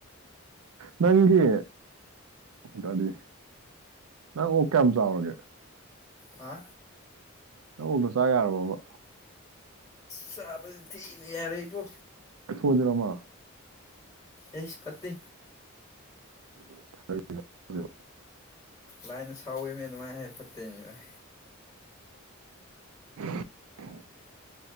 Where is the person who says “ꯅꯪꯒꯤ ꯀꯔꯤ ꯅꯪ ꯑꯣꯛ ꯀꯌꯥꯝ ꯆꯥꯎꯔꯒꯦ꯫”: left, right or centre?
Right